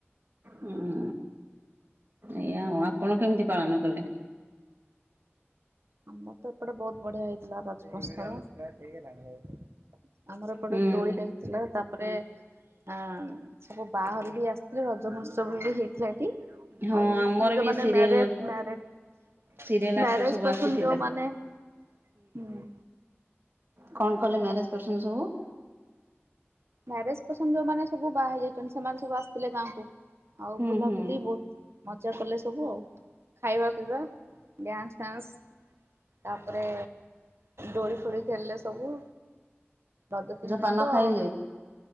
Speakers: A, on the right; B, on the right.
A: ହୁଁ ଏଇଆ ଆଉ ଆପ ଆପଣ କେମିତି ପାଳନ କଲେ?
B: ଆମ ତ ଏପଟେ ବହୁତ ବଢିଆ ହେଇଥିଲା ରଜମହୋତ୍ସବ ଆମର ପଟେ
A: ହୁଁ
B: ଦୋଳି ଲାଗି ଥିଲା ତାପରେ ଆ ସବୁ ବାହାରୁ ବି ଆସିଥିଲେ, ରଜ ମହୋତ୍ସବ ବି ହେଇଥିଲା
A: ହଁ
B: ଆଉ
A: ଆମର
B: ଯୋଉ
A: ବି
B: ମାନେ
A: serial
B: married married
A: serial actor
B: marriage
A: ସବୁ
B: କରିଛନ୍ତି
A: ଆସିଥିଲେ
B: ଯୋଉ ମାନେ ହୁଁ
A: କଣ କଲେ ମ୍ୟାରେଜ କରୁଛନ୍ତି ସବୁ
B: ମ୍ୟାରେଜ ପରସନ ଯୋଉମାନେ ସବୁ ବାହା ହେଇ ଯାଇଛନ୍ତି, ସେମାନେ ସବୁ ଆସିଥିଲେ ଗାଁ କୁ। ଆଉ
A: ହୁଁ
B: ବୁଲାବୁଲି
A: ହୁଁ
B: ବହୁତ ମଜା କଲେ ସବୁ ଆଉ ଖାଇବା ପିଇବା ଡ୍ୟାନ୍ସ ଫ୍ୟାନ୍ସ ତାପରେ ଦୋଳି ଫୋଳି ଖେଳିଲେ ସବୁ ରଜ ତିନି ଦିନ
A: ପାନ
B: ତ
A: ଖାଇଲେ?